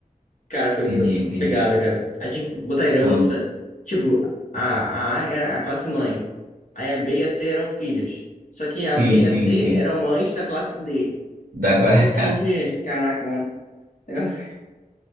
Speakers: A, on the left; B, on the right.
A: Cara, foi,
B: Entendi,
A: foi
B: entendi.
A: pegada, cara. Aí tinha que botar herança.
B: Pô,
A: Tipo, a, a A era a classe mãe. Aí a B e a C eram filhas. Só que
B: sim,
A: a B e
B: sim,
A: a C
B: sim.
A: eram mães da classe D.
B: Dá,
A: Então
B: cla-
A: tinha que. Caraca, mano. Negócio-